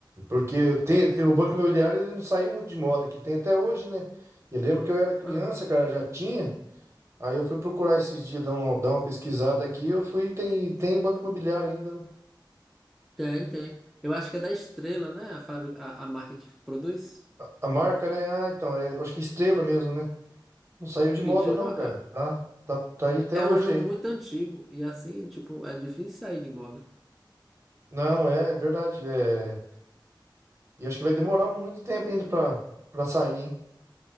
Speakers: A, on the right (about 35°); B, in the centre.
A: porque tem, o Banco Imobiliário ele não saiu muito de moda, que tem até hoje, né? E lembro que eu era criança,
B: Aham.
A: cara, já tinha. Aí eu fui procurar esses dias, dar, um- dar uma pesquisada aqui, eu fui, tem, tem o Banco Imobiliário ainda, né?
B: Tem, tem. Eu acho que é da Estrela, né? A fábrica, a, a marca que produz.
A: A marca, né? Ah, então, é, eu acho que é Estrela mesmo, né? Não saiu de moda,
B: E, tipo,
A: não, cara.
B: é
A: Tá, tá, tá aí até
B: é
A: hoje
B: um jogo
A: aí.
B: muito antigo. E assim, tipo, é difícil sair de moda.
A: Não, é, é verdade. É... E acho que vai demorar muito tempo ainda pra, pra sair, hein?